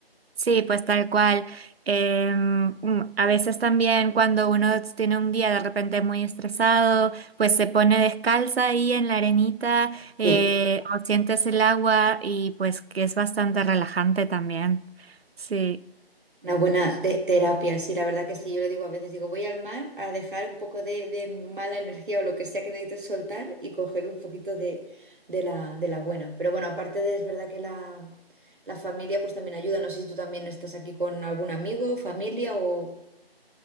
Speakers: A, on the right; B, on the right.
A: Sí, pues tal cual. Em, mm, a veces también cuando uno tiene un día de repente muy estresado, pues se pone descalza ahí en la arenita eh,
B: Sí.
A: o sientes el agua y pues que es bastante relajante también. Sí.
B: Una buena te- terapia, sí, la verdad que sí. Yo le digo a veces, digo, voy al mar a dejar un poco de, de mala energía o lo que sea que necesites soltar y coger un poquito de, de la, de la buena. Pero bueno, aparte de, es verdad que la, la familia pues también ayuda. No sé si tú también estás aquí con algún amigo, familia o